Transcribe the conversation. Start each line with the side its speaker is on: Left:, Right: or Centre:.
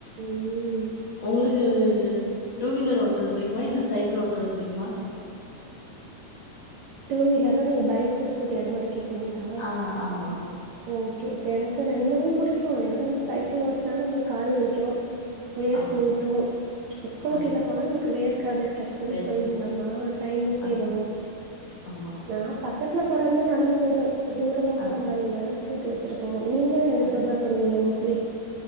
Right: ம்
Left: உங்களுக்கு
Right: அடுத்தது
Left: டூ வீலர் ஓட்றது பிடிக்குமா இல்ல சைக்கிள் ஓட்றது பிடிக்குமா
Right: டூ வீலர்னா நீங்க பைக்கு ஸ்கூட்டி அது மாரி கேக்குறீங்களா
Left: ஆ ஆமா
Right: ஓகே ஓகே எனக்கு ரெண்டுமே பிடிக்கு ஏன்னா வந்து
Left: அ
Right: சைக்கிள் ஓட்னா நமக்கு கால் வலிக்கு வேற்து
Left: ஆமா
Right: ஊத்து ஸ்கூட்டில
Left: ஆமா
Right: போனா நமக்கு வேர்க்காது டக்குன்
Left: வேர்க
Right: போய்ட்லாமா டைமு சேவ்
Left: ஆ
Right: ஆவு
Left: ஆமா
Right: நா பக்கத்துல போறதுன்னா நடந்து போயிடுவோ தூரமா
Left: ஆ
Right: போற மாரி இருந்தாதா ஸ்கூட்டி எடுத்துட்டு போவொ நீங்க எத
Left: ஆ
Right: பிரிஃபர் பண்ணுவீங்க மோஸ்ட்லி